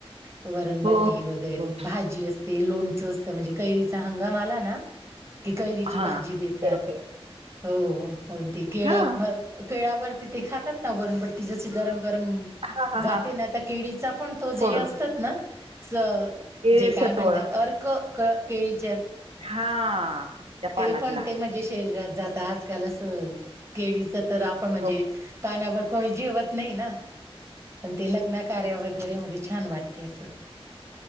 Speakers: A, on the right (about 25°); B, on the right (about 75°).
A: वरण बट्टी
B: हो
A: वगैरे
B: हो
A: भाजी अस ते लोणचं असतं म्हणजे कैरीचा हंगाम आला ना, की कैरीची
B: हा
A: भाजी देतात.
B: करून ठेव
A: हो हो आणि ती केळा
B: हा
A: अ केळावरती ते खातात ना, वरण बट्टी जशी गरम गरम
B: हा हा
A: जा
B: हा
A: ते ना आता केळीचा पण तो जे
B: फोडून
A: असतात ना स
B: ते
A: जे काय
B: सत्व
A: म्हणतात अर्क क क केळीचे
B: हा. त्या
A: ते
B: पानातला
A: पण ते म्हणजे शरीरात जात आजकाल अस केळीच तर आपण म्हणजे
B: हो
A: पानावर कोणी जेवत नाही ना. पण ते लग्न कार्य वगैरे मध्ये छान वाटते असं.